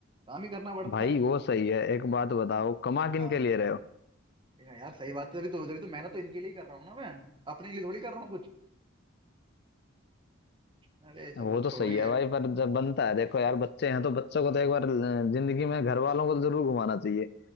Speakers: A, on the right; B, on the left.
A: काम ही करना पड़ता
B: भाई
A: है
B: वो सही है एक बात बताओ कमा किन
A: हाँ
B: के लिए रहे हो
A: ये यार सही बात है तभी तो तभी तो मेहनत तो इनके लिए ही कर रहा हूँ ना मैं अपने लिए थोड़ी कर रहा हूँ कुछ अरे चलो
B: वो तो
A: छोड़ो
B: सही
A: ये
B: है भाई पर जब बनता है देखो यार बच्चे हैं तो बच्चों को तो एक बार ल- जिंदगी में घर
A: अच्छा,
B: वालों को तो जरूर घुमाना चाहिए